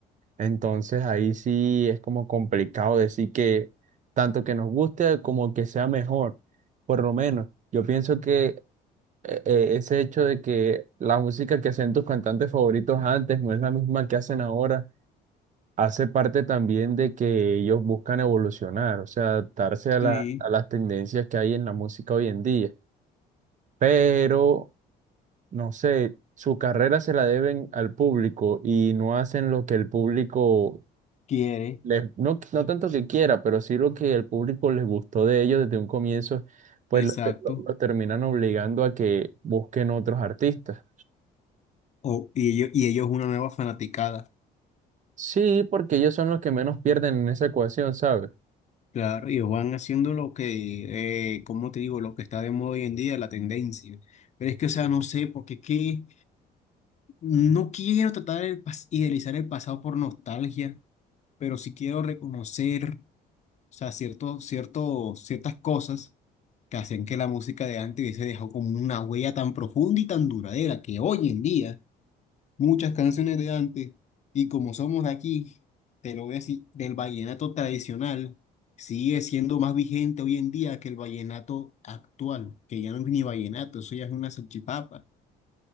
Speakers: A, on the right (about 45°); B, on the left (about 45°).
A: Entonces ahí sí es como complicado decir que tanto que nos guste como que sea mejor. Por lo menos, yo pienso que eh, eh, ese hecho de que la música que hacían tus cantantes favoritos antes no es la misma que hacen ahora hace parte también de que ellos buscan evolucionar, o sea, adaptarse
B: Sí,
A: a la- a las tendencias que hay en la música hoy en día. Pero, no sé, su carrera se la deben al público y no hacen lo que el público
B: quiere,
A: les, no, no tanto que quiera, pero sí lo que el público les gustó de ellos desde un comienzo, pues
B: exacto.
A: los terminan obligando a que busquen otros artistas.
B: O, y ellos, y ellos una nueva fanaticada.
A: Sí, porque ellos son los que menos pierden en esa ecuación, ¿sabes?
B: Claro, ellos van haciendo lo que, eh, ¿cómo te digo? Lo que está de moda hoy en día, la tendencia. Pero es que, o sea, no sé, porque es que No quiero tratar de idealizar el pasado por nostalgia, pero sí quiero reconocer, o sea, cierto, cierto, ciertas cosas que hacían que la música de antes hubiese dejado como una huella tan profunda y tan duradera que hoy en día muchas canciones de antes, y como somos de aquí, te lo voy a decir, del vallenato tradicional, sigue siendo más vigente hoy en día que el vallenato actual, que ya no es ni vallenato, eso ya es una salchipapa,